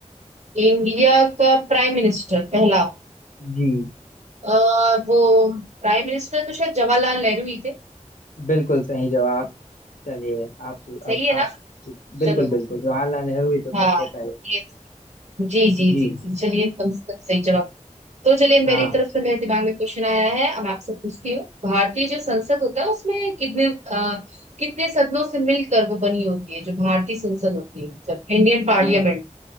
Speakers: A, on the right; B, on the left.
A: इंडिया का प्राइम मिनिस्टर पहला
B: जी
A: अ, वो प्राइम मिनिस्टर तो शायद जवाहरलाल नेहरू ही थे
B: बिल्कुल सही जवाब चलिए आप अब
A: सही है
B: आप
A: ना
B: बिल्कुल
A: चलो
B: बिल्कुल जवाहरलाल नेहरू ही तो
A: हाँ
B: थे पहले
A: ये जी जी
B: जी
A: जी जी, चलिए कम से कम सही जवाब तो चलिए मेरी
B: हाँ
A: तरफ से मेरे दिमाग में क्वेश्चन आया है अब मैं आपसे पूछती हूँ भारतीय जो संसद होता है उसमें कितने अ, कितने सदनों से मिलकर वो बनी होती है जो भारतीय संसद होती है मतलब इंडियन पार्लियामेंट
B: अ,